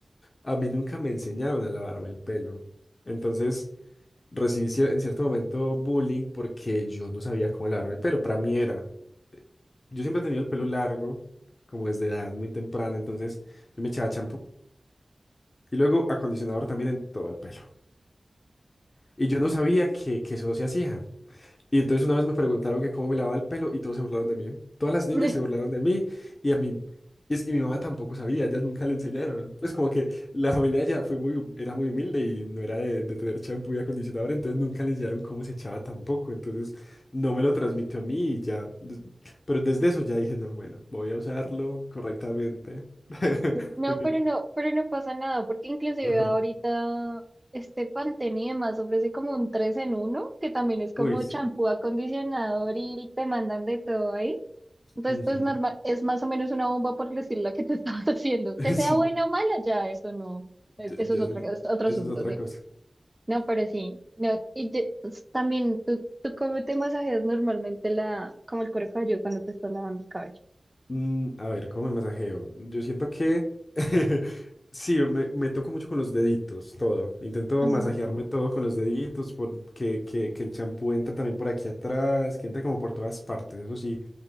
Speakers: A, on the left (about 50°); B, on the right (about 15°).
A: A mí nunca me enseñaron a lavarme el pelo. Entonces recibí cier- en cierto momento bullying porque yo no sabía cómo lavarme el pelo. Para mí era. Yo siempre he tenido el pelo largo, como desde edad muy temprana. Entonces yo me echaba champú y luego acondicionador también en todo el pelo. Y yo no sabía que, que eso no se hacía. Y entonces una vez me preguntaron que cómo me lavaba el pelo y todos se burlaron de mí. Todas las niñas
B: <laughs>
A: se burlaron de mí y a mí... Y es que mi mamá tampoco sabía, ellas nunca le enseñaron. Pues como que la familia ya fue muy, hum- era muy humilde y no era de, de tener champú y acondicionador, entonces nunca le enseñaron cómo se echaba tampoco. Entonces no me lo transmitió a mí y ya. des- Pero desde eso ya dije, no, bueno, voy a usarlo correctamente. <laughs>
B: No,
A: Porque,
B: pero no, pero no pasa nada, porque inclusive
A: ajá.
B: ahorita este Pantene y demás ofrece como un 3 en uno que también es como
A: Uy, sí.
B: champú, acondicionador y te mandan de todo ahí. Entonces,
A: Ujú.
B: pues normal, es más o menos una bomba por decir la que te <laughs> estabas haciendo.
A: <laughs>
B: Que sea
A: Sí,
B: buena o mala, ya eso no, es-
A: ya,
B: eso
A: ya
B: es otro,
A: eso, no-
B: es otro
A: eso
B: asunto,
A: es otra
B: sí.
A: cosa.
B: No, pero sí, no, y te- pues, también tú, tú cómo te masajeas normalmente la, como el cuero cabelludo cuando te estás lavando el cabello.
A: Mm, a ver, ¿cómo me masajeo? Yo siento que <laughs> sí, me, me toco mucho con los deditos, todo. Intento
B: Ujú.
A: masajearme todo con los deditos, porque que, que el champú entra también por aquí atrás, que entra como por todas partes. Eso sí,